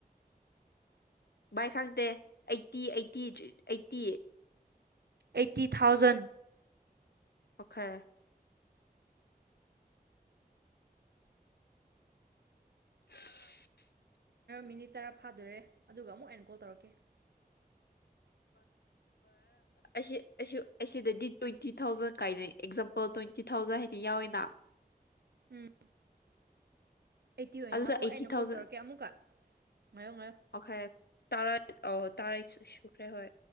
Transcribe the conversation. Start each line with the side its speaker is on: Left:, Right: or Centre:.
Left: ꯚꯥꯏ ꯈꯪꯗꯦ eighty eighty eighty
Right: eighty thousand
Left: okay <unintelligible>
Right: minute ꯇꯔꯥ ꯐꯥꯗꯣꯔꯦ ꯑꯗꯨꯒ ꯑꯃꯨꯛ ꯑꯩꯅ ꯀꯣꯜ ꯇꯧꯔꯛꯀꯦ
Left: ꯑꯁꯤ ꯑꯁꯤꯗꯗꯤ ꯇ꯭ꯋꯦꯟꯇꯤ ꯊꯥꯎꯖꯟ ꯀꯥꯏꯅꯩ ꯑꯦꯛꯖꯥꯝꯄꯜ ꯇ꯭ꯋꯦꯟꯇꯤ ꯊꯥꯎꯖꯟ ꯍꯥꯏꯅ ꯌꯥꯎꯏꯤꯅ
Right: ꯎꯝ ꯑꯩꯠꯇꯤ ꯑꯣꯏꯅ
Left: ꯑꯗꯨꯁꯨ
Right: ꯍꯥꯞꯄꯣ
Left: ꯑꯩꯠꯇꯤ
Right: ꯑꯩꯅ ꯀꯣꯜ
Left: ꯊꯥꯎꯖꯟ
Right: ꯇꯧꯔꯛꯀꯦ ꯑꯃꯨꯛꯀ ꯉꯥꯏꯌꯣ ꯉꯥꯏꯌꯣ
Left: ꯑꯣꯈꯦ ꯇꯔꯥ ꯑ ꯇꯥꯔ ꯁꯨꯈ꯭ꯔꯦ ꯍꯣꯏ